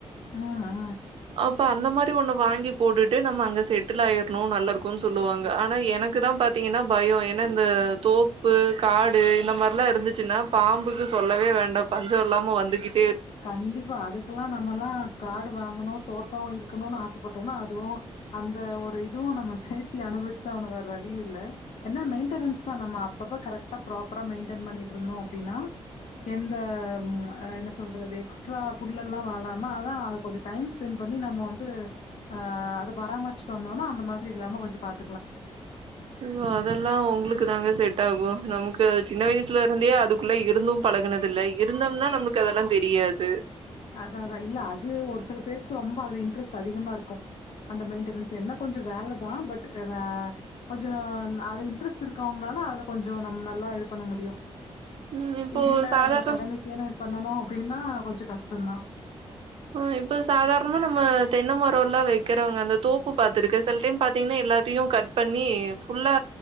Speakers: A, on the left; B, on the right.
A: ம் அ
B: ப அந்த மாரி ஒன்ன வாங்கி போட்டுட்டு நம்ம அங்க செட்டில் ஆயிர்ணு நல்லா இருக்குன் சொல்லுவாங்க ஆனா எனக்கு தா பாத்தீங்கன்னா பயோ ஏனா இந்த தோப்பு காடு இந்த மாரிலா இருந்துச்சுன்னா பாம்புக்கு சொல்லவே வேண்டா பஞ்ச இல்லாம வந்துகிட்
A: கண்டிப்பா அதுக்கெல்லா நம்மல்லா கா டுவாங்கனு தோட்டோ இருக்கணு ஆசப்பட்டோம்னா அதுவு அந்த ஒரு இதுவு நம்ம சேத்தி அனுபவிச்சுதா ஆகனு வேற வழியில்ல என்ன மெயின்டனன்ஸ்தா அப்பப்ப கரட்டா ப்ராப்பரா மெயின்டைன் பண்ணிட்டருந்தோ அப்படின்னா எந்த ம் என்ன சொல்றது எக்ஸ்ட்ரா புல்லெல்லா வளாம அதா அத கொஞ்ச டைம் ஸ்பென் பண்ணி நம்ம வந்து அஹ் அத பராமரிச்சுட்டு வந்தோனா அந்த மாதிரி இல்லாம கொஞ்ச பாத்
B: ஓ அதெல்லா உங்களுக்கு தாங்க செட் டாகு நமக்கு சின்ன வயசுல இருந்தே அதுக்குள்ள இருந்து பழகுனதில்ல இருந்தம்னா நமக்கு அதெல்லா தெ ரியாது
A: அத அதா இல்ல அது ஒரு சில பேருக்கு ரொம்ப அது இன்ட்ரெஸ்ட் அதிகமா இருக்கும் அந்த மெயின்டெனன்ஸ் என்ன கொஞ்ச வேலதா பட் இத வே கொஞ்சோ அது இன்ட்ரெஸ்ட் இருக்கவங்கனால அதுல கொஞ்ச நம்ம நல்லா இது பண்ண முடியு
B: ம் இப்போ
A: இல்ல
B: சாதாரணம்
A: நம்ம கடமைக்குனு பண்ணணு அப்படின்னா கொஞ்ச கஷ் டந்தா
B: ஆஹ் இப்ப சாதாரணமா நம்ம தென்ன மரல்லா வெக்கிறவங்க அந்த தோப்பு பாத்துருக்கே சில டைம் பாத்தீங்கன்னா எல்லாத்தையு கட் பண்ணி ஃபுல்லா